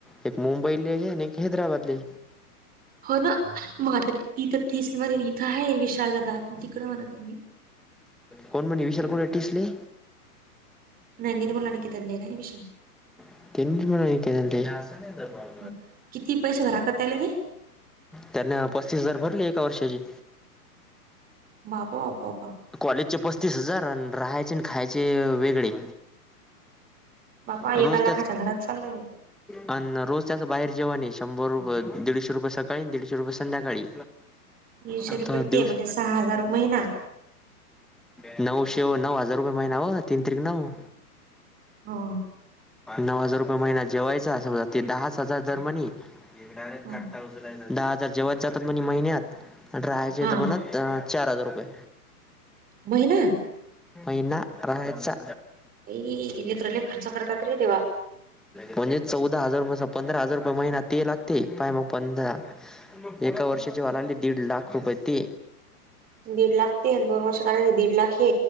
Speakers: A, in the centre; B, on the right.
A: एक, मुंबईले आणि एक हैदराबादले
B: हो ना. मग आता तिथं तीस मध्ये इथं हाय विशालदादा. तिकड म्हणतय मी.
A: कोण म्हणे विशाल कुडय ठिसले?
B: नाही निर्मला निकित्यांनी का ऍडमिशन
A: <unintelligible>
B: हो किती पैसे भराकताले ते.
A: त्यांनी पस्तीस हजार भरले. एका वर्षाचे.
B: बापा बापा बापा
A: कॉलेजचे पस्तीस हजार. अण रहायचेन खायचे वेगळे.
B: बापा
A: रोज
B: एका लाखाच्या
A: त्याच
B: घरात चाललंय रे
A: अन रोज त्याचं बाहेर जेवणे. शंभर रुपये, दीडशे रुपये सकाळी आणि दीडशे रुपये संध्याकाळी.
B: तीनशे
A: आता
B: रुपये ते
A: दिवस
B: म्हणजे सहा हजार महिना.
A: नऊशे नऊ हजार रुपये महिना ओ. तीन त्रिक नऊ.
B: हो
A: नऊ हजार रुपये महिना जेवायचा. समजा ते दहाच हजार दर म्हणी दहा
B: हो
A: हजार जेवायचे जातात म्हण महिन्यात आणि राहायचे
B: हा
A: तर म्हणत दहा चार हजार रुपये
B: महिना
A: महिना राहायचा
B: बाई ही लेकरं लई खर्च करतात रे देवा
A: म्हणजे चौदा हजार रुपय पंधरा हजार रुपये महिना ते लागते पाय मग पंधरा एका वर्षाचे व्हायला लागले दीड लाख रुपये ते
B: दीड लाख ते दोन वर्ष काढायचे दीड लाख हे